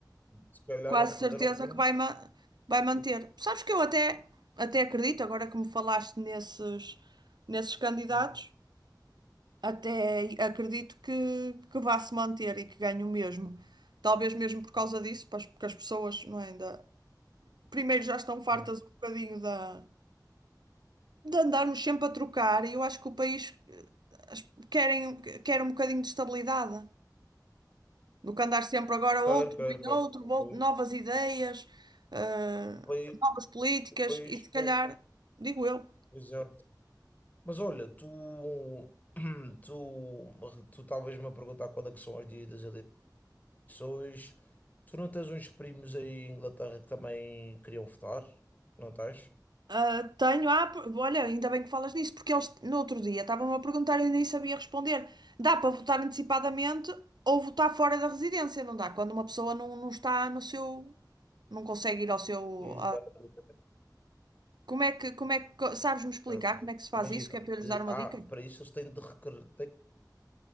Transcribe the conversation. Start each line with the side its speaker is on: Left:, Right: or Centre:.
Left: Se calhar
Right: quase
Left: não puseram
Right: certeza
Left: fim.
Right: que vai, ma- vai manter. Sabes que eu até, até acredito, agora que me falaste nesses, nesses candidatos,
Left: Hum,
Right: até acredito que, que vá se manter e que ganhe o mesmo. Talvez mesmo por causa disso, pois, porque as pessoas, não é, ainda, primeiro já estão fartas
Left: hum.
Right: um bocadinho da, de andarmos sempre a trocar, e eu acho que o país eh, as- querem, quer um bocadinho de estabilidade, do que andar sempre agora
Left: Quero,
Right: outro,
Left: quero,
Right: vem
Left: quero.
Right: outro,
Left: O
Right: vol-
Left: país,
Right: novas ideias, eh,
Left: o país,
Right: novas políticas,
Left: o país
Right: e se calhar,
Left: quer.
Right: digo eu,
Left: Exato. Mas olha, tu, <clears throat> tu, tu talvez me a perguntar quando é que são os dias das eleições. Tu não tens uns primos aí em Inglaterra que também queriam votar? Não tens?
Right: ah, tenho, ah, por- olha, ainda bem que falas nisso, porque eles no outro dia estavam-me a perguntar e eu nem sabia responder. Dá para votar antecipadamente ou votar fora da residência, não dá? Quando uma pessoa não, não está no seu, não consegue ir ao seu,
Left: Exato,
Right: Como é que, como é que, sabes-me
Left: exato,
Right: explicar
Left: exato.
Right: como é que se
Left: Imagina,
Right: faz isso? Que é para eu lhes
Left: de-
Right: dar uma
Left: ah,
Right: dica?
Left: para isso eles têm de requerer,